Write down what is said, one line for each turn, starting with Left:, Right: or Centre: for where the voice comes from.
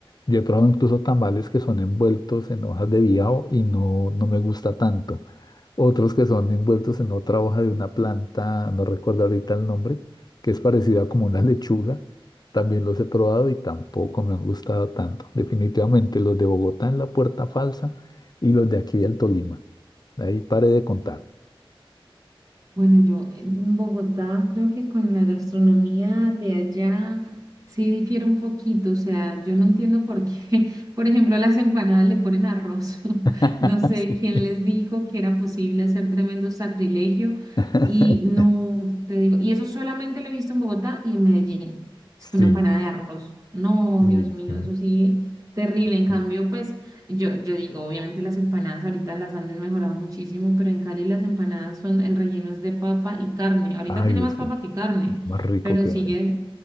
Left: Yo he probado incluso tamales que son envueltos en hojas de biao y no, no me gusta tanto. Otros que son envueltos en otra hoja de una planta, no recuerdo ahorita el nombre, que es parecida como una <laughs> lechuga. También los he probado y tampoco me han gustado tanto. Definitivamente los de Bogotá en la Puerta Falsa y los de aquí del Tolima. Ahí paré de contar.
Right: Bueno, yo en Bogotá creo que con la gastronomía de allá sí difiere un poquito, o sea, yo no entiendo por qué, <laughs> por ejemplo, a las empanadas le ponen arroz, <laughs>
Left: <laughs>
Right: no sé
Left: Sí,
Right: quién les dijo que era posible hacer tremendo sacrilegio
Left: <laughs>
Right: y no, te digo, y eso solamente lo he visto en Bogotá y en Medellín, es
Left: sí,
Right: que una empanada de arroz, no,
Left: sí,
Right: Dios mío,
Left: sí,
Right: eso sí, terrible, en cambio,
Left: sí.
Right: pues yo, yo digo, obviamente las empanadas ahorita las han desmejorado muchísimo, pero en Cali las empanadas son, el relleno es de papa y carne. Ahorita
Left: Ay,
Right: tiene más
Left: eso
Right: papa que carne,
Left: más rico
Right: pero
Left: que
Right: sigue,
Left: hay.